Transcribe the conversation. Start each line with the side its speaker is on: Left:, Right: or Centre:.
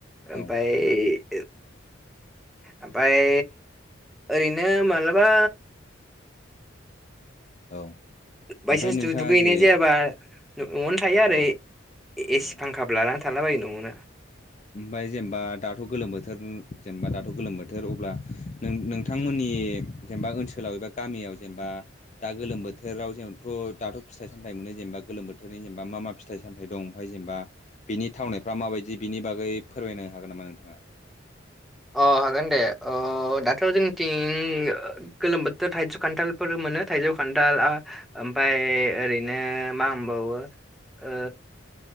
Centre: ओमफ्राय
Left: औ
Centre: ओमफ्राय ओरैनो मालाबा
Left: औ ओमफ्राय
Centre: बायसान्स
Left: नोंथाङा
Centre: दु-दुगैहैनाय
Left: जे
Centre: जायाबा न'आवनो थायो आरो
Left: औ औ
Centre: एसि
Left: औ
Centre: फांखाबो लानानै थाला बायो न'आवनो ।
Left: ओमफाय जेनेबा दाथ' गोलोम बोथोर जेनेबा दाथ' गोलोम बोथोर अब्ला नों नोंथांमोननि नि जेनेबा ओनसोलाव एबा गामियाव जेनेबा दा गोलो बोथोराव जोंथ' दाथ' फिथाइ सामथाइ <unintelligible> गोलोम बोथोरनि जेनेबा मा मा फिथाइ सामथाय दं ओमफ्राय जेनेबा बिनि थानायफोरा मा बादि बिनि बागै फोरमायनो हागोन नामा नोंथाङा?
Centre: अ हागोन दे। ओ दाथ' जोंनिथिं गोलोम बोथोर थाइजौ खान्थालफोर मोनो थाइजौ खान्थाल आ ओमफाय ओरै बिदिनो मा होनबावो। ओ